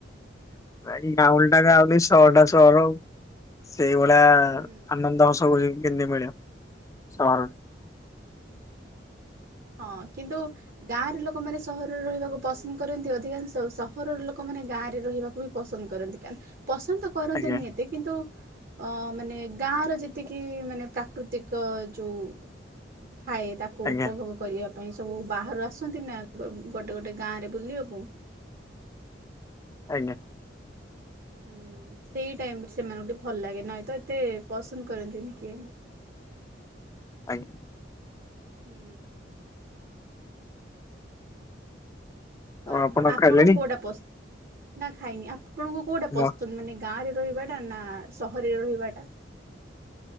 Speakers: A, on the left; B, on the right.
A: ଆଜ୍ଞା ଗାଉଲି ଟା ଗାାଉଲି ଶଟା ଶର। ସେଇଭଳିଆ
B: ହୁଁ
A: ଆନନ୍ଦ ହସୁଛି କେମତି ମିଳିବ ସହର। <inaudible>
B: ହଁ କିନ୍ତୁ ଗାଁରେ ଲୋକମାନେ ସହରରେ ରହିବାକୁ ପସନ୍ଦ କରନ୍ତି ଅଧିକାଂଶ ସହରର ଲୋକମାନେ ଗାଁ ରେ ରହିବାକୁ ବି ପସନ୍ଦ କରନ୍ତି କା ପସନ୍ଦ କରନ୍ତିନି
A: ଆଜ୍ଞା
B: ଏତେ କିନ୍ତୁ ଅ ମାନେ ଗାଁ ର ଯେତିକି ମାନେ ପ୍ରାକୃତିକ ଯୋଉ ଥାଏ ତାକୁ
A: ଆଜ୍ଞା
B: ଉପଭୋଗ କରିବା ପାଇଁ ସବୁ ବାହାରୁ ଆସନ୍ତି ନା ଗୋଟେ ଗୋଟେ ଗାଁରେ ବୁଲିବାକୁ
A: ଆଜ୍ଞା।
B: ହୁଁ ସେଇ ଟାଇମ ସେମାନଙ୍କୁ ଟିକେ ଭଲ ଲାଗେ ନାଇ ତ ଏତେ ପସନ୍ଦ କରନ୍ତିନି କିଏ।
A: ଆଜ୍ଞା।
B: ହୁଁ।
A: ଆଉ
B: ତ ଆପଣ ଆପଣଙ୍କୁ
A: ଖାଇଲେଣି?
B: କୋଉଟା ପସନ୍ଦ ନା ଖାଇନି ଆପଣଙ୍କୁ କୋଉଟା
A: ମ
B: ପସନ୍ଦ ମାନେ- ଗାଁରେ ରହିବାଟା ନା ସହରରେ ରହିବାଟା।